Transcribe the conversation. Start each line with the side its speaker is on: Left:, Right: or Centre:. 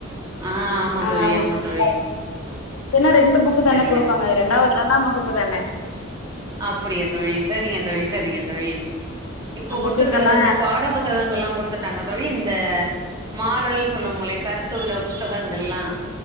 Right: ஆ ஆமா
Left: ஆ
Right: தோழி
Left: <unintelligible>
Right: ஆமா தோழி
Left: இன்னு ரெண்டு புக்கு
Right: சரிங்க
Left: தானே குடுப்பாங்க
Right: தோழி
Left: ரெண்டாவது த இரண்டாம் வகுப்பு தான
Right: அப்பிடியா தோழி சரிங்க தோழி சரிங்க தோழி இப்ப குடுத்துருக்கது
Left: புக்குக்கெல்லா
Right: வந்து பாட புத் புத்தகங்கள்லா குடுத்துட்டாங்க தோழி இந்த மாறல் சொல்லுவங்களே கருத்துள்ள புத்தகங்கள்லா